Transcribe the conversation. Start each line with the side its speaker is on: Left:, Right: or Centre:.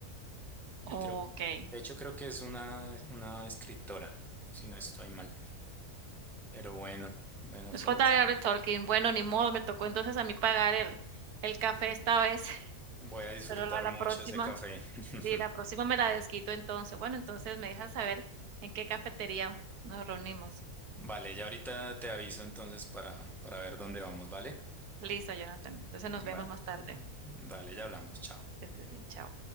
Centre: Y
Right: Okey.
Centre: creo que, de hecho, creo que es una, una escritora, si no estoy mal. Pero bueno, bueno,
Right: Es
Centre: Florisa,
Right: J.R. Tolkien. Bueno, ni modo, me tocó entonces a mí pagar el el café esta vez, <laughs>
Centre: voy a disfrutar
Right: pero la la
Centre: mucho
Right: próxima
Centre: ese café. <laughs>
Right: sí, la próxima me la desquito entonces. Bueno, entonces me dejas saber en qué cafetería nos reunimos.
Centre: Vale, ya ahorita te aviso entonces para, para ver dónde vamos, ¿vale?
Right: Listo, Jonathan. Entonces nos vemos
Centre: Vale.
Right: más tarde.
Centre: Dale, ya hablamos, chao.
Right: Que estés bien, chao.